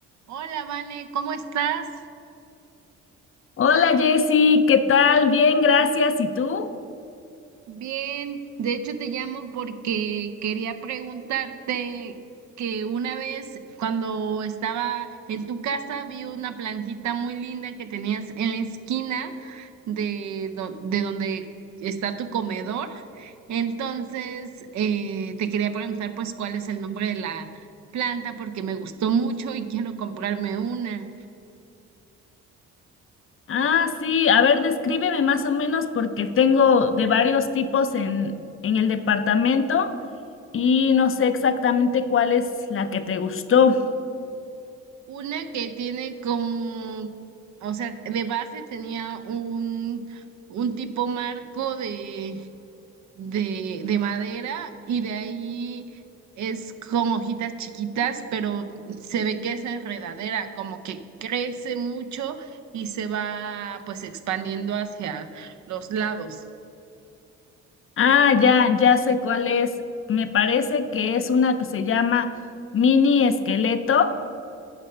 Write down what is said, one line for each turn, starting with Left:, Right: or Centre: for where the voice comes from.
Right: Hola, Vane, ¿cómo estás?
Left: Hola Jessy, ¿qué tal? Bien, gracias. ¿Y tú?
Right: Bien, de hecho te llamo porque quería preguntarte que una vez cuando estaba en tu casa vi una plantita muy linda que tenías en la esquina de, do- de donde está tu comedor. Entonces, eh, te quería preguntar pues cuál es el nombre de la planta porque me gustó mucho y quiero comprarme una.
Left: Ah, sí, a ver, descríbeme más o menos porque tengo de varios tipos en, en el departamento y no sé exactamente cuál es la que te gustó.
Right: Una que tiene como, o sea, de base tenía un, un tipo marco de, de, de madera y de ahí es con hojitas chiquitas, pero se ve que es enredadera, como que crece mucho y se va pues expandiendo hacia los lados.
Left: Ah, ya, ya sé cuál es. Me parece que es una que se llama mini esqueleto.